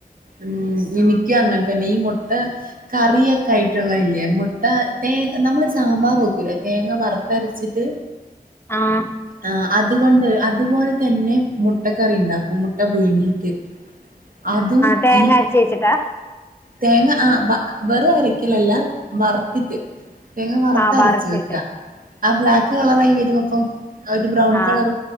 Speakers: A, on the right; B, on the left.
A: ഉം എനിക്കും അങ്ങനെ തന്നെ ഈ മൊട്ട കറിയെക്കെ ആയിട്ടുള്ളല്ലിയൊ മുട്ട തേ നമ്മള് സാമ്പാർ വേക്കൂലേ തേങ്ങ വറ് ത്തരച്ചിട്ട്
B: ആഹ്
A: ആഹ് അതുകൊണ്ട് അതുപോല- തന്നെ മുട്ടക്കറി ഉണ്ടാക്കും മുട്ട പുഴുങ്ങിട്ട് അതും-
B: തേങ്ങാ
A: ഈ
B: അരച്ച് വെച്ചിട്ടാ-
A: തേങ്ങ ആഹ് വ വെറും അരക്കലല്ല വറുത്തിട്ട്- തേങ്ങ വറുത്ത്
B: ആഹ്
A: അരച്ച്
B: വറുത്തിട്ട്.
A: വെക്കാ ആഹ് ബ്ലാക്ക് കളറായി വെരുവപ്പം- ഒരു ബ്രൗൺ
B: ആഹ്
A: കളർ